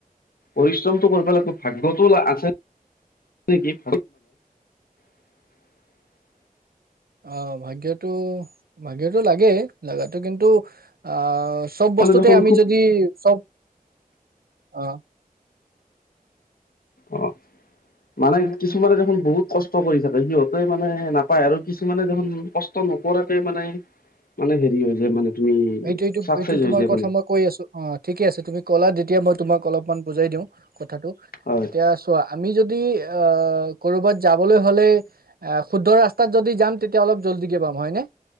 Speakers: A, on the left; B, on the right.
A: পৰিশ্ৰমটো কৰিব লগবো ভাগ্যতটো আছে নেকি? <inaudible>
B: অ ভাগ্যতটো-ভাগ্যতটো লাগেই লগটো কিন্তু অহ, চব বস্তুতে
A: মানে দেখোন
B: আমি
A: খুব
B: যদি চব অ।
A: অ, মানে কিছুমানে দেখোন বহুত কষ্ট কৰি থাকে সিহঁতে মানে নাপায় আৰু কিছুমানে দেখোন কষ্ট নকৰাতে মানে-মানে হেৰি হৈ যায় মানে। তুমি
B: এইটো-এইটো-এইটো
A: চাকচেছ
B: তোমাৰ
A: হৈ যায়
B: কথা
A: মানে
B: মই কৈ আছো অ ঠিকে আছে তুমি ক'লা তেতিয়া মই তোমাক অলপমান বুজাই দিওঁ। কথাটো এতিয়া
A: হয়
B: চোৱা আমি যদি অহ কৰোবাত যাবলে হলে অহ শুদ্ধ ৰাস্তাত যদি যাম তেতিয়া হলে জল্ডিকে পাম হয়নে,